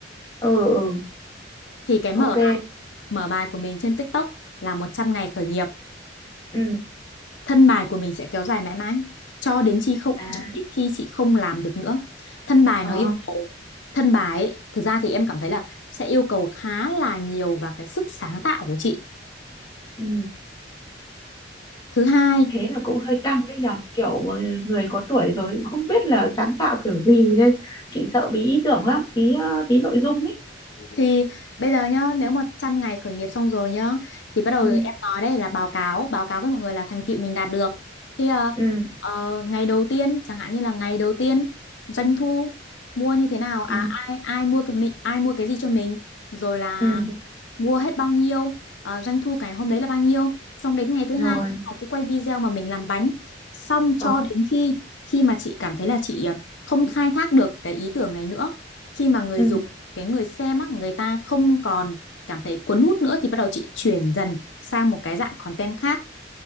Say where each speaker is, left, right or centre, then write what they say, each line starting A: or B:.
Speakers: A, on the left; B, on the left.
A: ừ ừ,
B: thì cái mở
A: ok
B: bài mở bài của mình trên TikTok là 100 ngày khởi nghiệp
A: ừ
B: thân bài của mình sẽ kéo dài mãi mãi cho đến khi không
A: à
B: cho đến khi chị không làm được nữa thân bài
A: ờ
B: nó yêu cầu thân bài ấy, thực ra thì em cảm thấy là sẽ yêu cầu khá là nhiều và cái sức sáng tạo của chị
A: ừ
B: thứ hai
A: thế là cũng hơi căng đấy nhở kiểu ờ, người có tuổi rồi không biết là sáng tạo kiểu gì đây chị sợ bí ý tưởng lắm bí ờ, bí nội dung ấy
B: Thì bây giờ nhá, nếu mà trăm ngày khởi nghiệp xong rồi nhá, thì bắt đầu
A: ừ
B: em nói đây là báo cáo, báo cáo với mọi người là thành tựu mình đạt được. Thì ờ,
A: ừ
B: ờ, ngày đầu tiên, chẳng hạn như là ngày đầu tiên doanh thu mua như thế nào, à
A: ừ
B: ai ai mua cái mình, ai mua cái gì cho mình, rồi là
A: ừ
B: mua hết bao nhiêu ờ, doanh thu cái hôm đấy là bao nhiêu xong đến ngày thứ
A: rồi
B: hai học cái quay video mà mình làm bánh xong cho
A: ờ
B: đến khi khi mà chị cảm thấy là chị ờ, không khai thác được cái ý tưởng này nữa khi mà người
A: ừ
B: dùng cái người xem á người ta không còn cảm thấy cuốn hút nữa thì bắt đầu chị chuyển dần sang một cái dạng content khác